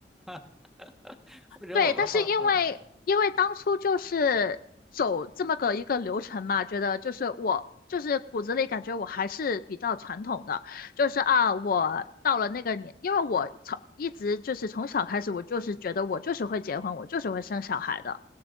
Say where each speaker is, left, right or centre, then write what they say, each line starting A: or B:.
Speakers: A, in the centre; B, on the left.
A: <laughs> 或者我们换，
B: 对，但是因为因为当初就是走这么个一个流程嘛，
A: 嗯
B: 觉得就是我就是骨子里感觉我还是比较传统的，就是啊，我到了那个年，因为我从一直就是从小开始，我就是觉得我就是会结婚，我就是会生小孩的。